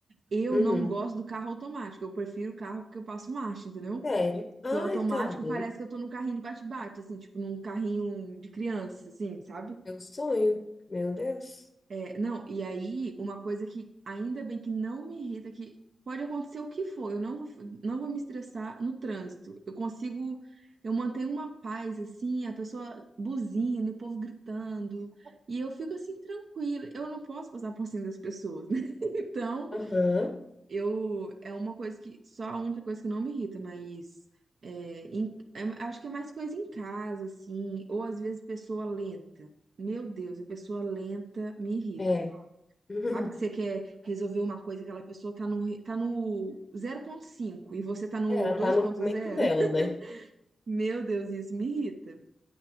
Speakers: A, on the right (about 65°); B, on the left (about 30°).
A: Eu
B: Uhum.
A: não gosto do carro automático. Eu prefiro o carro que eu passo marcha, entendeu?
B: Sério? Ai,
A: Que o automático
B: tá doido.
A: parece que eu tô num carrinho de bate-bate, assim, tipo num carrinho de criança, assim, sabe?
B: Meu sonho. Meu Deus.
A: É, não, e aí, uma coisa que ainda bem que não me irrita, que pode acontecer o que for, eu não vou, não vou me estressar no trânsito. Eu consigo, eu mantenho uma paz, assim, a pessoa buzina, o povo gritando, e eu fico assim, tranquila. Eu não posso passar por cima das pessoas, né? <laughs> Então,
B: Aham,
A: eu, é uma coisa que, só a única coisa que não me irrita, mas é, em- é- acho que é mais coisa em casa, assim, ou às vezes pessoa lenta. Meu Deus, a pessoa lenta me irrita.
B: é. <laughs>
A: Sabe que você
B: Uhum.
A: quer resolver uma coisa, aquela pessoa tá no, re- tá no 0.5 e você tá no
B: Ela
A: 2.0?
B: tá no momento dela,
A: <laughs>
B: né?
A: Meu Deus, isso me irrita.